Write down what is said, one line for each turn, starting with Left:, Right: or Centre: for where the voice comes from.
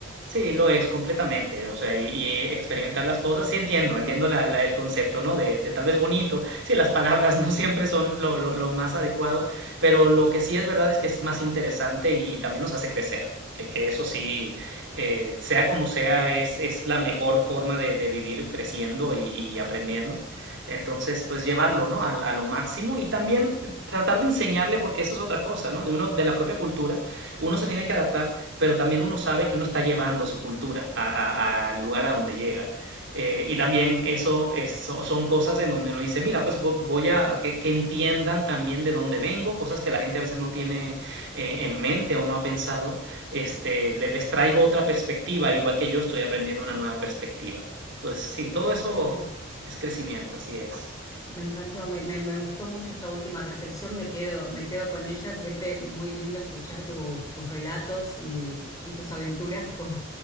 Right: Sí, lo es completamente, o sea, y, y experimentar las cosas, sí entiendo, entiendo la- la- el concepto, ¿no? De, de tal vez bonito, sí, las palabras <laughs> no siempre son lo, lo- lo más adecuado, pero lo que sí es verdad es que es más interesante y, y también nos hace crecer, que, que eso sí, eh, sea como sea, es, es la mejor forma de, de vivir creciendo y, y aprendiendo. Entonces, pues llevarlo, ¿no? A, a lo máximo y también tratar de enseñarle, porque eso es otra cosa, ¿no? De uno, de la propia cultura, uno se tiene que adaptar pero también uno sabe que uno está llevando su cultura a- a- al lugar a donde llega. Eh, y también eso, eso son cosas en donde uno dice, mira, pues vo- voy a que, que entiendan también de dónde vengo, cosas que la gente a veces no tiene eh, en mente o no ha pensado. Este, le- les traigo otra perspectiva, igual que yo estoy aprendiendo una nueva perspectiva. Entonces, sí, todo
Left: Totalmente.
Right: eso es crecimiento, así es.
Left: Me encantó, me, me- me gustó mucho esta última reflexión, me quedo, me quedo con ella, siempre muy lindo escuchar tus, tus relatos y, y tus aventuras <laughs> por,